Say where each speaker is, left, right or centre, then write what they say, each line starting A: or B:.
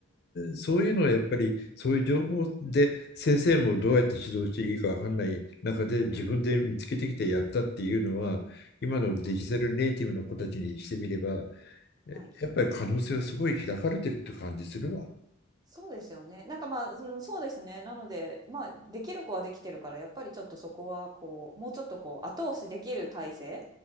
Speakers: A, on the left; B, on the right.
A: そういうのはやっぱりそういう情報で先生もどうやって指導していいかわかんない中で自分で見つけてきてやったっていうのは、
B: うんうん。
A: 今のデジタルネイティブの子たちにしてみれば、
B: はい、
A: えやっぱり可能性はすごい開かれてるって感じするわ。
B: はい。そうですよね。なんか、まあ、その、そうですね。なので、まあ、できる子はできてるから、やっぱりちょっとそこはこう、もうちょっとこう、後押しできる体制